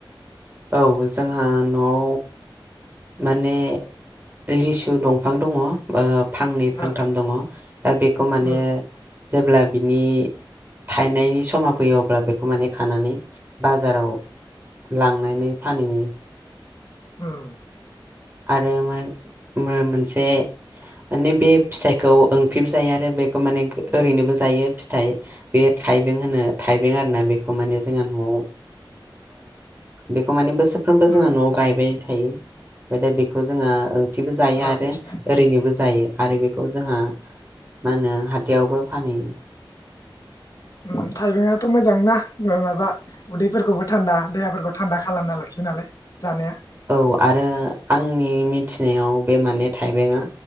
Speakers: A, on the right; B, on the left.
A: औ जोंहा न'आव माने लिसु दंफां दङ ओ फांनै फांथाम
B: ओ
A: दङ दा बेखौ माने
B: उम
A: जेब्ला बिनि थायनायनि समा फैयो अब्ला बेखौ माने खानानै बाजाराव लां नानै फानैयो
B: उम।
A: आरो मोन मो मोन से माने बे फिथाइखौ ओंख्रिबो जायो आरो बेखौ माने गो ओरैनोबो जायो फिथाइ बेयो थाइबें होनो थाइबें आरोना बेखौ माने जोंहा न'आव ओ बेखौ माने बोसोरफ्रोमबो जोंहा
B: उम
A: न'आव गायबाय थायो। ओमफ्राय दा बेखौ जोंङा ओंख्रिबो जायो आरो
B: आदसा
A: ओरैनोबो जायो आरो बे खौ जोंहा मा होनो हाथाइयावबो फानहैयो।
B: उम थाइबेंआथ' मोजांना उम माबा उदैफोरखौबो थान्दा देहाफोरखौ थान्दा खालामना लाखियो नालाय जानाया
A: औ आरो आंनि मिथिनायाव बे माने थाइबेंआ